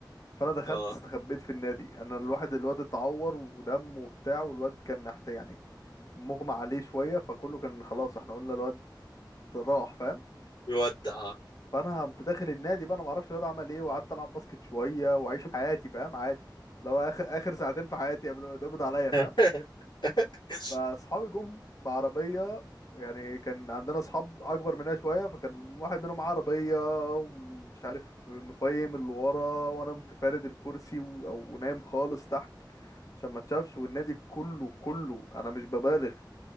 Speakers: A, on the left; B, on the left.
A: فانا دخلت
B: اه
A: استخبيت في النادي انا الواحد الواد اتعور ودم وبتاع والواد كان نحت يعني مغمى عليه شويه فكله كان خلاص احنا قلنا الواد راح فاهم
B: يودع
A: فانا قمت داخل النادي بقى انا ما اعرفش الواد عمل ايه وقعدت العب باسكت شويه واعيش حياتي فاهم عادي لو اخر اخر ساعتين في حياتي قبل ما يتقبض عليا فاهم
B: <laughs>
A: فاصحابي جم بعربيه يعني كان عندنا اصحاب اكبر مننا شويه فكان واحد منهم معاه عربيه ومش عارف مفيم اللي ورا وانا متفارد الكرسي و... او نايم خالص تحت عشان ما تشافش والنادي كله كله انا مش ببالغ